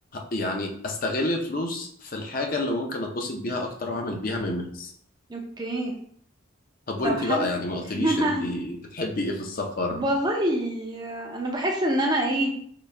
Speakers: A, on the left (about 45°); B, on the right (about 20°).
A: يعني أستغل الفلوس في الحاجة اللي ممكن أتبسط بيها أكتر وأعمل بيها ميموريز
B: اوكي
A: طب وأنتي
B: طب حلو
A: بقى يعني ما قلتليش
B: <laughs>
A: أنتي بتحبي إيه في السفر
B: والله انا بحس ان انا ايه